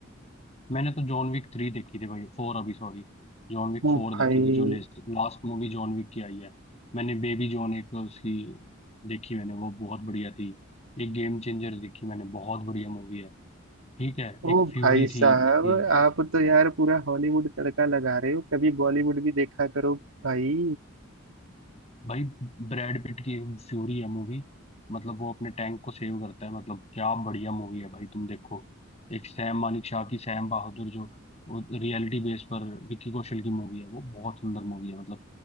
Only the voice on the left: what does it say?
मैंने तो जॉन विक थ्री देखी थी भाई फोर अभी सॉरी जॉन विक
फोर
देखी थी जो लास्ट मूवी जॉन विक की आई है मैंने बेबी जॉन एक उसकी देखी मैंने वो बहुत बढ़िया थी एक गेम चेंजर देखी मैंने बहुत बढ़िया मूवी है ठीक है
एक फ्यूरी
थी उसकी
भाई ब्रैड पिट की फ्यूरी है मूवी मतलब वो अपने टैंक को सेव करता है मतलब क्या बढ़िया मूवी है भाई तुम देखो एक सैम मानिक शाह की सैम बहादुर जो रियलिटी बेस पर विक्की कौशल की मूवी है वो बहुत सुंदर मूवी है मतलब